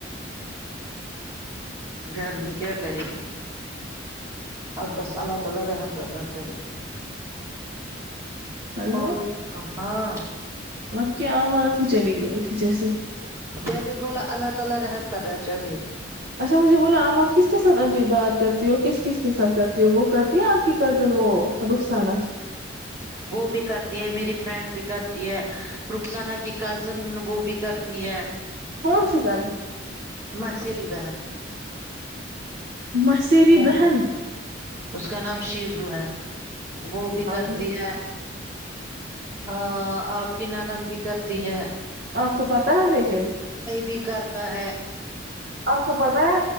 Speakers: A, on the right; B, on the right.
A: گرمی کیا کرے گی اب بس اللہ تعالی رحم کرنا چاہیے
B: ہیلو
A: اور ہاں
B: آپکی آواز ہی چلی گئی تھی جیسے
A: میں نے بولا اللہ تعالی رحم کرنا چاہیے
B: اچھا مجھے بولو آپ آپ کس کے ساتھ بات کرتی ہو کس کس کے ساتھ کرتی ہو وہ کرتی ہے آپ کی کزن وہ رخسانہ
A: وہ بھی کرتی ہے میری فرینڈ بھی کرتی ہے رخسانہ کے کزن وہ بھی کرتی ہے
B: کون سی کزن
A: مسریی بہن
B: ماسیری
A: اس کا
B: بہن
A: اس کا نام شیزو ہے وہ بھی کرتی
B: آپ نے
A: ہے ہاں آپ کی ناند بھی کرتی ہیں
B: آپ کو پتا ہے لیکن
A: بھی کرتا ہے
B: آپ کو پتا ہے